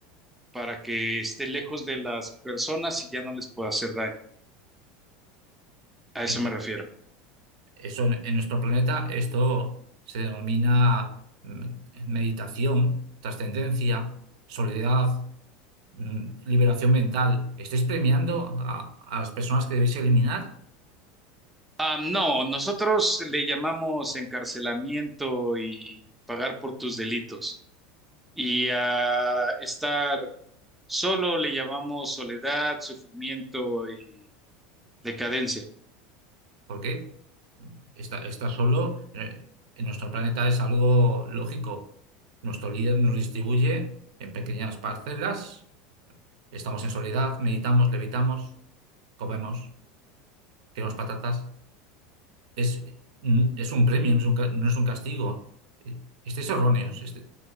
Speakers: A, in the centre; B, on the right.
A: para que esté lejos de las personas y ya no les pueda hacer daño. A eso
B: En-
A: me refiero.
B: Eso en, en nuestro planeta, esto se denomina mm, meditación, trascendencia, soledad. mm, liberación mental. ¿Estáis premiando a, a las personas que debéis eliminar?
A: Ah, no, nosotros le llamamos encarcelamiento y pagar por tus delitos. Y a estar solo le llamamos soledad, sufrimiento y decadencia.
B: ¿Por qué? Está, está solo en, en nuestro planeta es algo lógico. Nuestro líder nos distribuye en pequeñas parcelas. Estamos en soledad, meditamos, levitamos, comemos, queremos patatas. Es, mm, es un premio, no es un, ca- no es un castigo. Eh, Estáis erróneos. este-